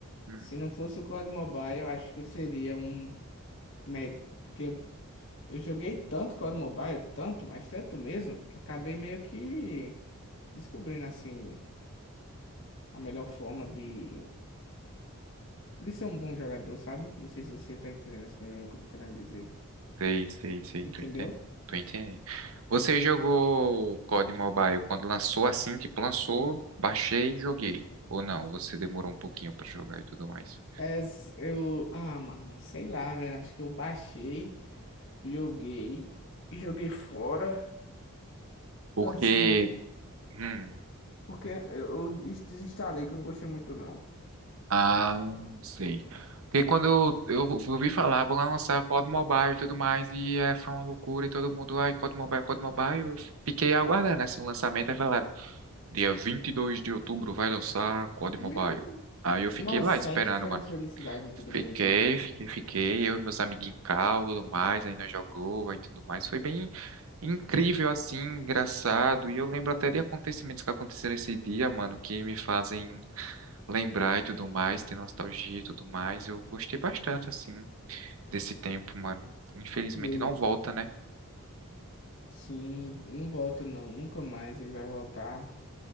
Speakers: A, on the right; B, on the left.
A: hum,
B: se não fosse o COD Mobile, eu acho que eu seria um médico, porque eu, eu joguei tanto COD Mobile, tanto, mas tanto mesmo, que acabei meio que descobrindo, assim, a melhor forma de, de ser um bom jogador, sabe? Não sei se você tá entendendo esse problema que eu tô querendo dizer.
A: sei, sei, sei,
B: Entendeu?
A: tô entendendo. Tô entendendo. Você jogou o COD Mobile quando lançou assim, tipo, lançou, baixei e joguei. Ou não, você demorou um pouquinho pra jogar e tudo mais.
B: É, s- eu. Ah, mano, sei lá, velho. Acho que eu baixei, joguei, joguei fora.
A: Porque.
B: Assim,
A: hum,
B: porque eu des- desinstalei que eu não gostei muito, não.
A: Ah, sei. Porque quando eu, eu ouvi falar, vão lançar COD Mobile e tudo mais, e é, foi uma loucura, e todo mundo, ai, COD Mobile, COD Mobile, eu fiquei aguardando, assim, o lançamento, aí falaram, dia 22 de outubro vai lançar COD
B: <laughs>
A: Mobile. Aí eu fiquei
B: Nossa,
A: lá esperando,
B: aí que foi
A: mano.
B: uma felicidade muito grande,
A: Fiquei,
B: então.
A: fiquei, fiquei, eu e meus amiguinhos em cal, tudo mais, aí nós jogou, aí tudo mais, foi bem incrível, assim, engraçado, e eu lembro até de acontecimentos que aconteceram esse dia, mano, que me fazem lembrar e tudo mais, ter nostalgia e tudo mais. Eu gostei bastante, assim, desse tempo, mano. Infelizmente
B: E aí,
A: não volta, né?
B: sim, não volta, não. Nunca mais ele vai voltar.